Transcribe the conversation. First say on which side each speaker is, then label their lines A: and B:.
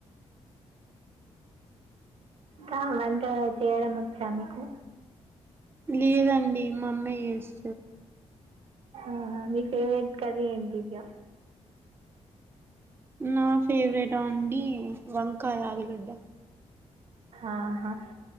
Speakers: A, on the right; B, on the right.
A: కా అంత చేయడం వచ్చా మీకు
B: లేదండి మా అమ్మయి చేస్
A: ఆహా మీ ఫేవరెట్ కర్రీ ఏంటిదివ్య
B: నా ఫేవరటా అండి వంకాయ ఆలుగడ్డ
A: ఆహా